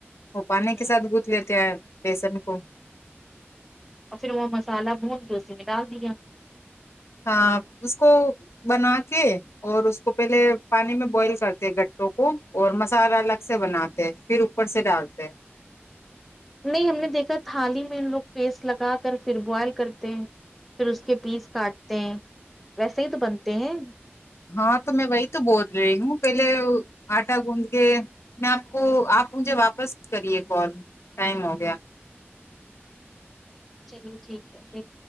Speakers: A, on the left; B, in the centre.
A: وہ پانی
B: ہوں
A: کے ساتھ گتھ لیتے ہیں بیسن کو
B: اور پھر وہ مسالہ بھون کے اس میں ڈال دیا
A: ہاں اس کو بنا کے اور اس کو پہلے پانی میں بوائل کرتے گٹوں کو اور مسالہ الگ سے بناتے پھر اوپر سے ڈالتے
B: نہیں ہم نے دیکھا تھالی میں لوگ پیسٹ لگا کر پھر بوائل کرتے ہیں پھر اس کے پیس کاٹتے ہیں ویسے ہی تو بنتے ہیں
A: ہاں تو میں وہی تو بول رہی ہوں پہلے آٹا گوند کے میں آپ کو آپ مجھے واپس کریے کال ٹائم ہو گیا
B: چلیے ٹھیک ہے ایک